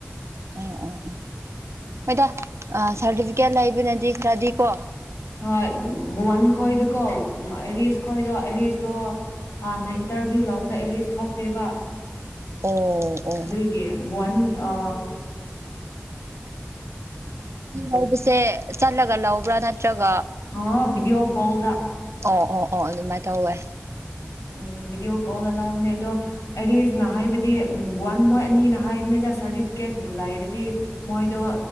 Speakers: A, on the right; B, on the left.
A: ꯎꯝ ꯎꯝ ꯎꯝ ꯃꯣꯏꯗ ꯁꯥꯔꯇꯤꯐꯤꯀꯦꯠ ꯂꯩꯕꯅꯗꯤ ꯈꯔꯗꯤ ꯀꯣ
B: ꯍꯣꯏ ꯕꯋꯥꯟ ꯈꯣꯏꯗꯨꯀꯣ ꯑꯔꯤꯁ ꯈꯣꯏꯗꯣ ꯑꯔꯤꯁꯇꯣ ꯍꯥꯟꯅ ꯏꯟꯇꯔꯚꯤꯌꯨ ꯂꯧꯕꯗ ꯑꯦꯔꯤꯁ ꯊꯣꯛꯇꯦꯕ
A: ꯑꯣ ꯑꯣ
B: ꯑꯗꯨꯒꯤ ꯕꯟ ꯑꯥ
A: ꯍꯗꯤꯁꯦ ꯆꯠꯂꯒ ꯂꯧꯕ꯭ꯔꯥ ꯅꯠꯇ꯭ꯔꯒ
B: ꯑ ꯕꯤꯗꯤꯑꯣ ꯀꯣꯜꯗ
A: ꯑꯣ ꯑꯣ ꯑꯣ ꯑꯗꯨꯃꯥꯏꯅ ꯇꯧꯋꯦ
B: ꯎꯝ ꯚꯤꯗꯤꯑꯣ ꯀꯣꯜꯗ ꯂꯥꯎꯝꯅꯦ ꯑꯗꯣ ꯑꯔꯤꯁꯅ ꯍꯥꯏꯕꯗꯤ ꯎꯝ ꯋꯥꯟ ꯃꯣꯏ ꯑꯅꯤꯅ ꯍꯥꯏꯕꯅꯤꯗ ꯁꯥꯔꯇꯤꯐꯤꯀꯦꯠꯄꯕꯨ ꯂꯩꯔꯗꯤ ꯃꯣꯏꯗꯣ